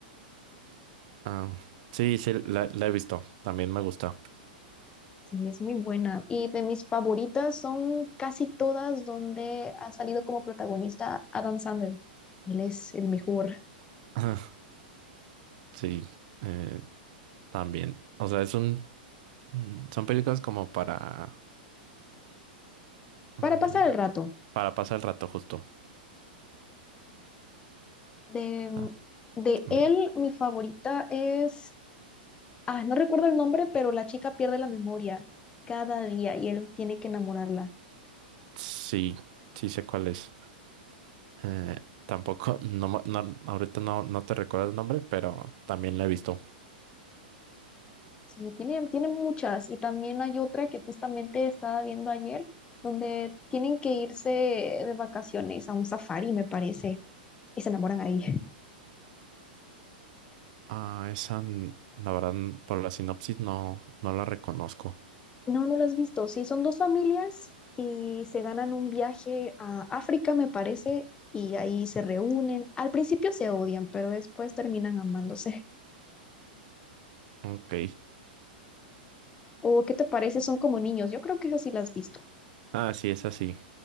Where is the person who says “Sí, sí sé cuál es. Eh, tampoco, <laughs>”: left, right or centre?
Right